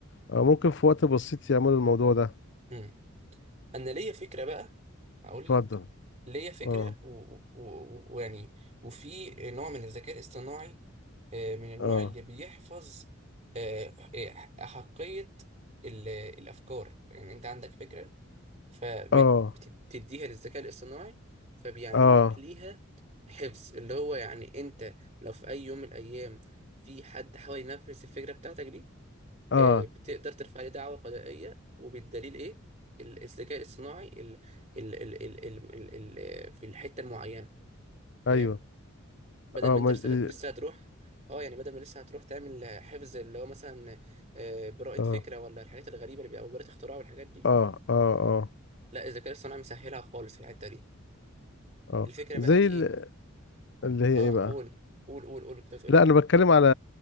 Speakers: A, on the left (about 55°); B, on the right (about 35°).
A: آه ممكن في وقت بسيط يعملوا الموضوع ده
B: مم. انا ليا فكره بقى هقول
A: اتفضل
B: لك ليا فكره
A: اه
B: ويعني و... و... و- ويعني وفي نوع من الذكاء الاصطناعي آه، من النوع
A: اه
B: اللي بيحفظ آه، آه، احقيه ال... الافكار يعني انت عندك فكره فبتديها
A: اه
B: للذكاء الاصطناعي فبيعمل
A: اه
B: لك ليها حفظ اللي هو يعني انت لو في اي يوم من الايام في حد حاول ينفذ الفكره بتاعتك دي
A: اه
B: آه، بتقدر ترفع عليه دعوة قضائية وبالدليل ايه ال- الذكاء الاصطناعي ال ال ال ال ال ال ال في الحتة المعينة فاهم
A: ايوه
B: بدل
A: اه
B: ما انت
A: ما-
B: لسه لسه هتروح اه يعني بدل ما لسه هتروح تعمل حفظ اللي هو مثلا آه، براءة
A: اه
B: فكرة ولا الحاجات الغريبة اللي بيبقى أو براءة اختراع والحاجات دي
A: اه اه اه,
B: لا الذكاء الاصطناعي مسهلها خالص في الحتة دي
A: آه.
B: الفكرة بقى
A: زي
B: دي ايه
A: ال... اللي هي
B: اه
A: ايه بقى
B: قول قول قول قول كنت بتقول
A: لا
B: ايه
A: انا بتكلم على